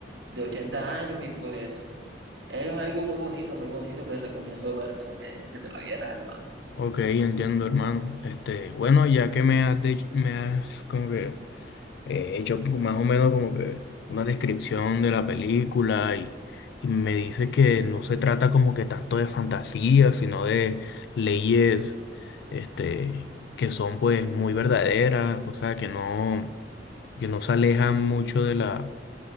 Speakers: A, on the right (about 85°); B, on the left (about 65°).
A: de 80 años y pues es algo muy bonito, muy bonito que recomiendo verte la que, que te la vieras, hermano.
B: Ok, entiendo, hermano. Este, bueno, ya que me has, dich- me has como que eh, he hecho como- más o menos como que una descripción de la película y, y me dice que no se trata como que tanto de fantasía, sino de leyes este, que son pues muy verdaderas, o sea, que no, que no se alejan mucho de la,